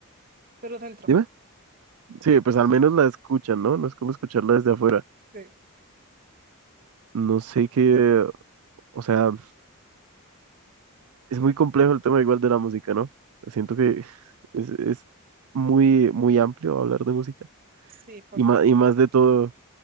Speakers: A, on the right (about 40°); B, on the right (about 70°).
A: pero dentro.
B: dime. Sí, pues al menos la escuchan, ¿no? No es como escucharla desde afuera.
A: Sí.
B: No sé qué, o sea, es muy complejo el tema igual de la música, ¿no? Siento que es, es muy, muy amplio hablar de música
A: Sí, porque
B: y más,
A: creo.
B: y más de todo